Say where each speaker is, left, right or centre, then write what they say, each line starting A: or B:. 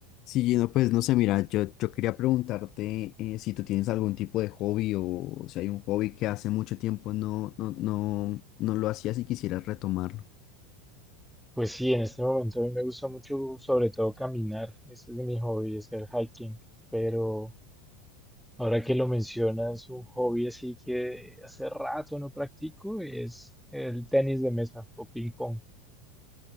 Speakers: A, on the left; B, in the centre.
A: Sí, no, pues no sé, mira, yo, yo quería preguntarte eh, si tú tienes algún tipo de hobby o si hay un hobby que hace mucho tiempo no, no, no, no lo hacías y quisieras retomarlo.
B: Pues sí, en este momento a mí me gusta mucho, sobre todo caminar. Este es mi hobby, hacer hiking. Pero ahora que lo mencionas, un hobby así que hace rato no practico es el tenis de mesa o ping pong.